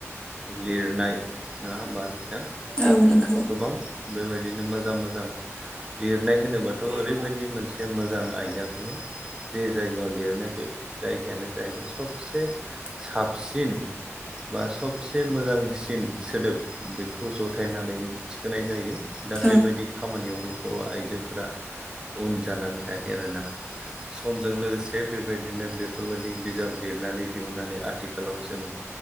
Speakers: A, on the right; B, on the left.
A: लिरनाय नङा होमबा नोंथां
B: औ नंगौ
A: गोबां बेबायदिनो मोजां मोजां लिरनाय होनोबाथ'
B: औ
A: ओरैबायदि मोनसे मोजां आयदा बियो जे जायगायाव लिरनाय बे जायगायानो जाहैबाय सबसे साबसिन बा सबसे मोजांसिन सोदोब बेखौ जथायनानै थिखोनाय जायो दा
B: औ
A: बेबायदि खामानियावबो बर' आइजोफोरा उन जानानै थायाखै आरोना समजों लोगोसे बेबायदिनो बेफोरबायदि बिजाब लिरनानै दिहुननानै आथिखालाव जों